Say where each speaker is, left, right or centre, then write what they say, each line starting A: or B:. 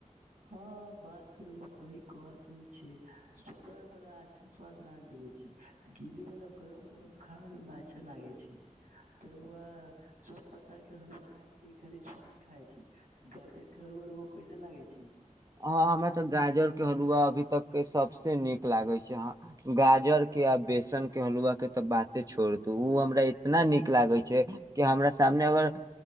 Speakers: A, on the right; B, on the right.
A: हँ बात रउआ सही कहतानी छी सूखल वाला अच्छा स्वाद न देबे छैय गीले वाला गरम गरम खाय मे अच्छा लागे छैय त रउआ सब प्रकार के हलवा खाय छै खाली सुजी के खाय छैय गाजर के हलुआ रउआ कइसन लागै छैय
B: हँ हमरा तऽ गाजरके हलुआ अभी तकके सभसँ नीक लागैत छैय हँ गाजरके आ बेसनके हलुआके तऽ बाते छोड़ दू उ हमरा इतना
A: अ
B: नीक लागैत छैय कि हमरा सामने अगर